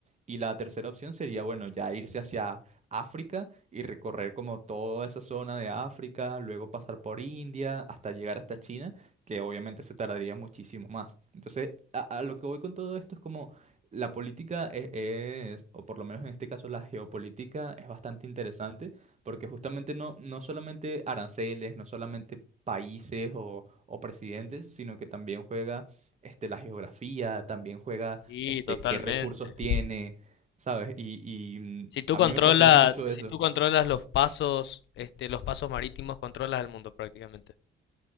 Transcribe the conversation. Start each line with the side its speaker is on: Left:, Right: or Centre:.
Right: Y la tercera opción sería, bueno, ya irse hacia África y recorrer como toda esa zona de África, luego pasar por India hasta llegar hasta China, que obviamente se tardaría muchísimo más. Entonces, a a lo que voy con todo esto es como... La política es, es, o por lo menos en este caso la geopolítica, es bastante interesante porque justamente no, no solamente aranceles, no solamente países o, o presidentes, sino que también juega este, la geografía, también juega
Left: Sí,
Right: este,
Left: totalmente.
Right: qué recursos tiene, ¿sabes? Y, y mm,
Left: Si tú
Right: a
Left: controlas,
Right: mí me fascina mucho
Left: si
Right: eso.
Left: tú controlas los pasos, este, los pasos marítimos, controlas el mundo prácticamente.